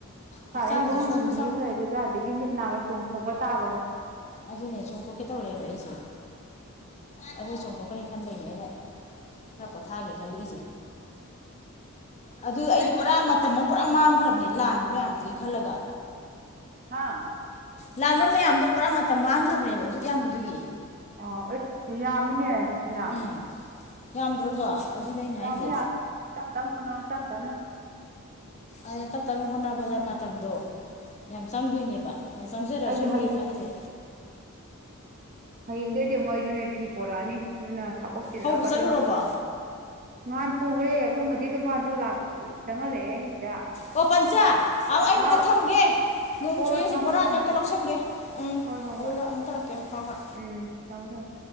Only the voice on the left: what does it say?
ꯍꯛꯆꯥꯡꯁꯦ
ꯁꯣ ꯍꯛꯆꯥꯡ
ꯑꯗꯨꯅꯦ ꯆꯣꯡꯊꯣꯛꯀꯦ ꯇꯧꯔꯛꯑꯦꯕ ꯑꯩꯁꯦ꯫ ꯑꯗꯨ ꯆꯣꯡꯊꯣꯀꯅꯤ ꯈꯟꯕꯩꯅꯦ ꯑꯩꯅ ꯈꯔ ꯄꯣꯊꯥꯒꯦ ꯈꯟꯂꯛꯏꯖꯦ꯫ ꯑꯗꯨ ꯑꯩꯗꯤ ꯄꯨꯔꯥ ꯃꯇꯝ ꯑꯃ ꯄꯨꯔꯥ ꯃꯥꯡꯈ꯭ꯔꯕꯅꯦ ꯂꯥꯟꯕ ꯃꯌꯥꯝꯗꯨꯒꯤ ꯈꯜꯂꯒ
ꯂꯥꯟꯕ ꯃꯌꯥꯝꯗꯣ ꯄꯨꯔꯥ ꯃꯇꯝ ꯃꯥꯡꯈ꯭ꯔꯕꯅꯦꯕ ꯑꯗꯨꯛ ꯌꯥꯝꯕꯗꯨꯒꯤ꯫
ꯎꯝ ꯌꯥꯝꯗ꯭ꯔꯣꯗꯣ꯫ ꯑꯗꯨꯅꯦ ꯑꯩꯅ
ꯍꯥꯏꯁꯦ
ꯑꯗ ꯇꯞꯇꯞꯅ ꯍꯣꯠꯅꯕꯗ ꯃꯇꯝꯗꯣ__ ꯌꯥꯝ ꯆꯪꯗꯣꯏꯅꯦꯕ <unintelligible> ꯆꯪꯖꯔꯁꯥꯅꯨ
ꯑꯩꯅ ꯈꯜꯂꯤꯁꯦ꯫
ꯍꯧꯕ ꯆꯠꯂꯨꯔꯕꯣ
ꯑꯣ ꯄꯟꯆꯥ ꯑ ꯑꯌꯨꯛꯇ
ꯊꯝꯒꯦ ꯅꯣꯡ
ꯆꯨꯌꯦꯁꯦ
ꯕꯣꯔꯥꯖꯤ
ꯑꯝꯇ ꯂꯧꯁꯤꯡꯒꯦ ꯎꯝ
ꯑꯗꯨꯒ
ꯑꯃꯨꯛ ꯇꯧꯔꯛꯀꯦ ꯍꯣꯏ ꯍꯣꯏ꯫